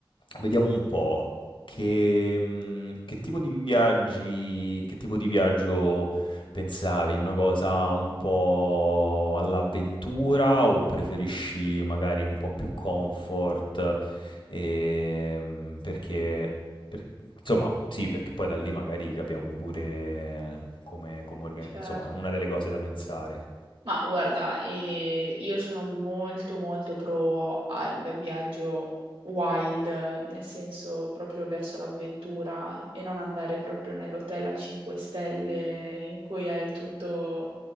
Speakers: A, on the left; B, on the right.
A: vediamo un po', che mhmm, che tipo di viaggi che tipo di viaggio pensavi? Una cosa un po' all'avventura o preferisci magari un po' più comfort? Ehm, perché per insomma, sì, perché poi da lì magari capiamo pure come come orga
B: Cioè,
A: insomma, è una delle cose da pensare.
B: Ma guarda, eh, io sono molto molto pro al viaggio wild, nel senso proprio verso l'avventura eh, e non andare proprio nell'hotel a 5 stelle in cui hai tutto